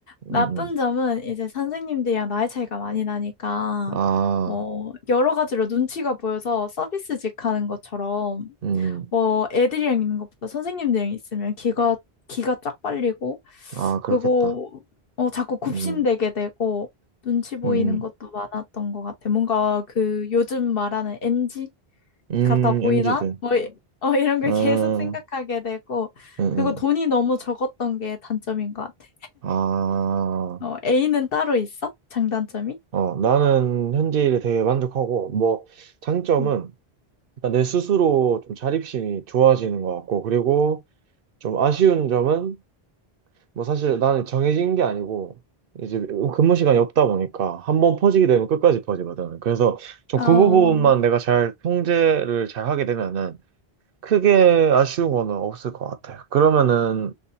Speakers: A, on the right; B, on the left.
A: 음,
B: 나쁜
A: 음.
B: 점은 이제 선생님들이랑 나이 차이가 많이 나니까
A: 아.
B: 뭐 여러 가지로 눈치가 보여서 서비스직 하는 것처럼
A: 음.
B: 뭐 애들이랑 있는 것보다 선생님들이랑 있으면 기가 기가 쫙 빨리고
A: 아, 그렇겠다.
B: 그리고 어 자꾸 굽신대게
A: 음,
B: 되고 눈치 보이는
A: 음,
B: 것도 많았던 것 같아. 뭔가 그 요즘 말하는 n g
A: 음,
B: 같아 보이나?
A: 음, MZ들.
B: 뭐 이- 어, 이런 걸
A: 음,
B: 계속 생각하게 되고
A: 음,
B: 그리고 돈이
A: 음.
B: 너무 적었던 게 단점인 것 같아.
A: 아,
B: 어, A는 따로 있어? 장단점이?
A: 어, 나는 현재 일에 되게 만족하고, 뭐, 장점은
B: 음.
A: 일단 내 스스로 좀 자립심이 좋아지는 것 같고, 그리고 좀 아쉬운 점은, 뭐, 사실 나는 정해진 게 아니고, 이제 근무 시간이 없다 보니까 한번 퍼지게 되면 끝까지 퍼지거든. 그래서 좀
B: 아,
A: 그 부분만 내가 잘 통제를 잘 하게 되면은 크게 아쉬운 거는 없을 것 같아요. 그러면은